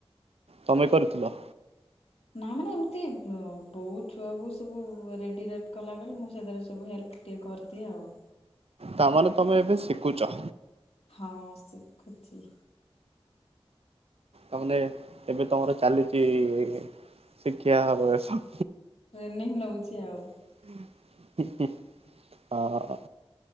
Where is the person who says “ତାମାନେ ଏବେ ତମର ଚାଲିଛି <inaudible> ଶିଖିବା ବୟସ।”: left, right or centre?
Right